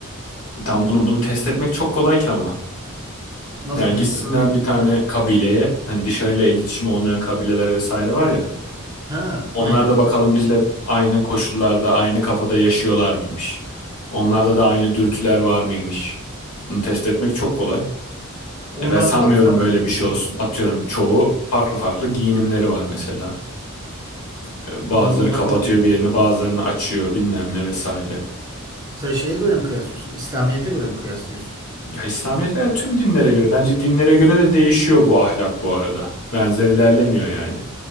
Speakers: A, on the left; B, on the right.
A: E, Tam bunu bunu test etmek çok kolay ki ama.
B: Nasıl
A: Yani
B: test
A: gitsinler
B: edersin?
A: bir tane kabileye, hani dışarıyla iletişim olmayan kabileler vesaire var ya.
B: Ha,
A: Onlar
B: aynen.
A: da bakalım bizle aynı koşullarda, aynı kafada yaşıyorlar mıymış? Onlarda da aynı dürtüler var mıymış? Bunu test etmek çok kolay.
B: Onlarda
A: Ya ben sanmıyorum
B: da fa-
A: böyle bir şey olsun. Atıyorum çoğu farklı farklı giyinimleri var mesela. Ee, Bazıları
B: tamam onlar
A: kapatıyor
B: onu
A: bir yerini, bazılarını açıyor bilmem ne vesaire.
B: sen şeye göre mi kıyaslıyorsun? İslamiyet'e göre mi kıyaslıyorsun?
A: Ya İslamiyet'e tüm dinlere göre, bence dinlere göre de değişiyor bu ahlak bu arada. Benzer ilerlemiyor yani.